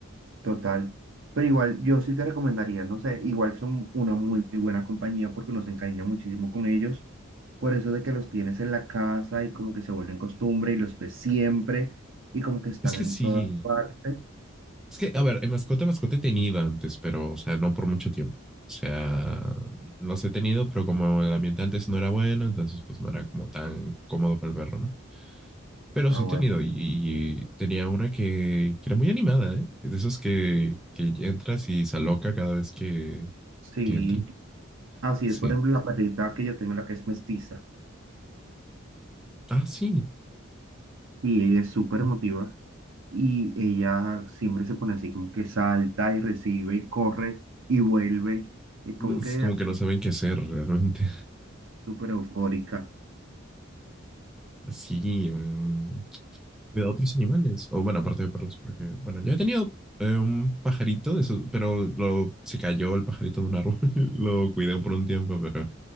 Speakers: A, on the right (about 70°); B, in the centre.
A: Total. Pero igual, yo sí te recomendaría, no sé, igual son una muy buena compañía porque uno se encariña muchísimo con ellos. Por eso de que los tienes en la casa y como que se vuelven costumbre y los ves siempre y como que están
B: Es que
A: en
B: sí.
A: todas partes.
B: Es que, a ver, en mascota, mascota he tenido antes, pero, o sea, no por mucho tiempo. O sea, los he tenido, pero como el ambiente antes no era bueno, entonces pues no era como tan cómodo para el perro, ¿no? Pero
A: Ah,
B: sí he
A: bueno.
B: tenido y, y tenía una que, que era muy animada, ¿eh? De esos que, que entras y se aloca cada vez que,
A: Sí.
B: que entra.
A: Así
B: Sí.
A: es, por ejemplo, la perrita que yo tengo, la que es mestiza.
B: Ah, sí.
A: Y ella es súper emotiva y ella siempre se pone así como que salta y recibe y corre y vuelve. Es
B: No,
A: como
B: Es
A: que
B: como
A: así,
B: que no saben qué hacer realmente.
A: súper eufórica.
B: <laughs> Así, mm, cuidado a otros animales. O bueno, aparte de perros, porque, bueno, yo he tenido eh, un pajarito, de esos, pero lo, se cayó el pajarito de un árbol. <laughs> Lo cuidé por un tiempo, pero